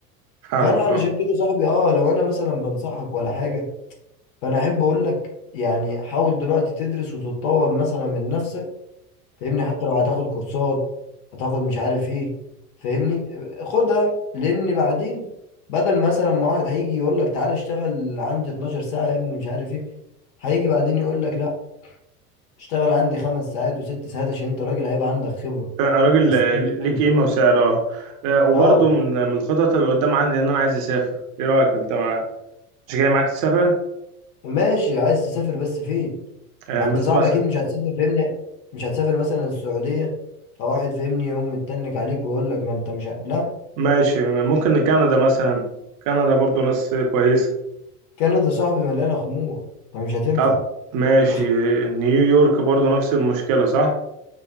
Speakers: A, on the right; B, on the left.
A: فاهمك
B: فانا علشان
A: أه
B: كده صاحبي اه لو انا مثلا بنصحك ولا حاجة فانا احب اقول لك يعني حاول دلوقتي تدرس وتتطور مثلا من نفسك فاهمني حتى لو هتاخد كورسات هتاخد مش عارف ايه فاهمني خدها لان بعدين بدل مثلا ما واحد هيجي يقول لك تعالى اشتغل عندي 12 ساعة يا ابني مش عارف ايه هيجي بعدين يقول لك لا اشتغل عندي خمس ساعات وست ساعات عشان انت راجل هيبقى عندك خبرة
A: راجل
B: هيستفيد
A: آه، ليك
B: منك
A: قيمة وسعر اه آه، وبرضه
B: اه
A: من من الخطط اللي قدام عندي ان انا عايز اسافر ايه رأيك انت مع... مش جاي معاك تسافر
B: ماشي عايز تسافر بس فين
A: آه،
B: ما
A: بس
B: انت صعب
A: مثلا
B: اكيد مش هتسافر فاهمني مش هتسافر مثلا السعودية فواحد فاهمني يقوم متنك عليك ويقول لك ما انت مش ه... لا
A: ماشي ممكن كندا مثلا كندا برضه ناس كويسة
B: كندا صاحبي مليانة خمور فمش هتنفع
A: طب ماشي
B: <laughs>
A: نيويورك برضه نفس المشكلة صح